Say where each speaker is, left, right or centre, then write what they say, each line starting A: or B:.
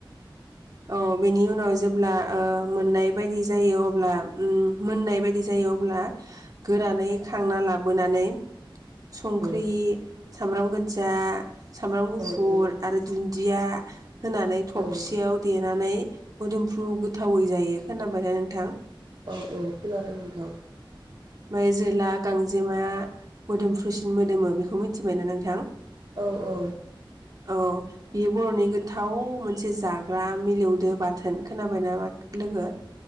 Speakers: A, on the right; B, on the right.
A: औ बेनि उनाव जे अब्ला ओ मोननाय बायदि जायो अब्ला उम मोननाय बायदि जायो अब्ला गोरानै खांना लाबोनानै संख्रि
B: औ
A: सामब्राम गोदजा सामब्राम गुफुर
B: औ
A: आरो दुन्दिया होनानै थबसियाव
B: औ
A: देनानै मोदोमफ्रु गोथावै जायो खोनाबाय ना नोंथां
B: औ औ खोनादों नोंथां
A: माय जोला गांजेमा मोदोमफ्रुसिन मोदोमो बेखौ मिथिबायना नोंथां?
B: औ औ।
A: औ बेयो बर'नि गोथाव मोनसे जाग्रा मिलौदो बाथोन, खोनाबायना लोगो?